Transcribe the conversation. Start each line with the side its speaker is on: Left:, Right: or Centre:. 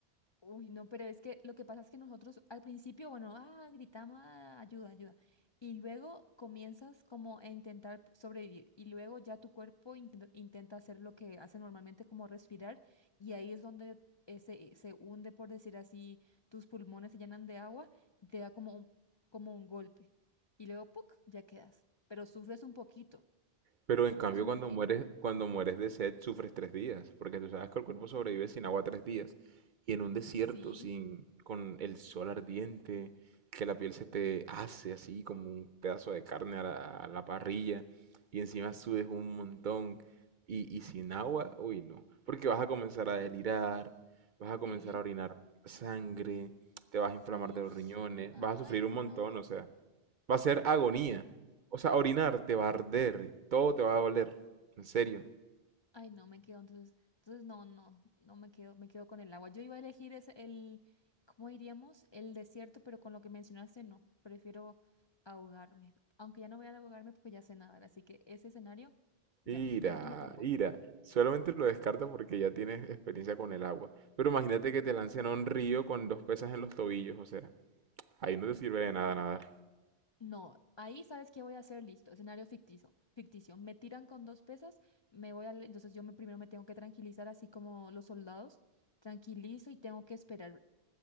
Left: Uy, no, pero es que lo que pasa es que nosotros al principio, bueno, ah, gritamos, "Ah, ayuda, ayuda. Y luego comienzas como a intentar sobrevivir y luego ya tu cuerpo intenta, intenta hacer lo que hace normalmente como respirar y ahí es donde eh, se, se hunde, por decir así, tus pulmones se llenan de agua y te da como un, como un golpe. Y luego, ¡puc!, ya quedas. Pero sufres un poquito,
Right: Pero
Left: sufres
Right: en cambio,
Left: un
Right: cuando
Left: poquito.
Right: mueres, cuando mueres de sed, sufres tres días, porque tú sabes que el cuerpo sobrevive sin agua tres días. Y en un desierto,
Left: Sí,
Right: sin, con el sol ardiente, que la piel se te hace así como un pedazo de carne a la, a la parrilla, y encima sudes un montón, y, y sin agua, uy, no. Porque vas a comenzar a delirar, vas a comenzar
Left: sí,
Right: a orinar sangre, te vas
Left: sí.
Right: a inflamar de los riñones,
Left: Ay,
Right: vas a sufrir
Left: no,
Right: un montón,
Left: no, no,
Right: o sea. Va a ser
Left: no
Right: agonía.
Left: me digas.
Right: O sea, orinar te va a arder, todo te va a doler. En serio.
Left: Ay, no, me quedo, entonces, entonces no, no, no me quedo, me quedo con el agua. Yo iba a elegir ese, el, ¿cómo diríamos? El desierto, pero con lo que mencionaste, no, prefiero ahogarme. Aunque ya no voy a ahogarme porque ya sé nadar, así que ese escenario, ya
Right: Ira,
Left: no. Y el tuyo tampoco.
Right: ira. Solamente lo descarta porque ya tienes experiencia con el agua. Pero imagínate que te lancen a un río con dos pesas en los tobillos, o sea, ahí no te sirve de nada nadar.
Left: No, ahí sabes qué voy a hacer, listo, escenario ficticio, ficticio. Me tiran con dos pesas, me voy a, entonces yo me, primero me tengo que tranquilizar, así como los soldados, tranquilizo y tengo que esperar